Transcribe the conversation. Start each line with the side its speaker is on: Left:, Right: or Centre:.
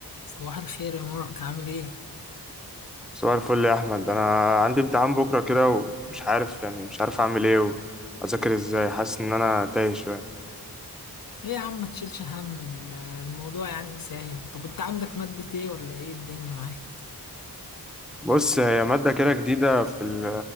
Left: صباح الخير يا مارك عامل ايه؟
Centre: صباح الفل يا احمد انا عندي امتحان بكره كده ومش عارف يعني مش عارف اعمل ايه واذاكر ازاي حاسس ان انا تايه شويه
Left: ايه يا عم ما تشيلش هم ال- الموضوع يعني سهل طب انت عندك مادة ايه ولا ايه الدنيا معاك؟
Centre: بص هي ماده كده جديده في ال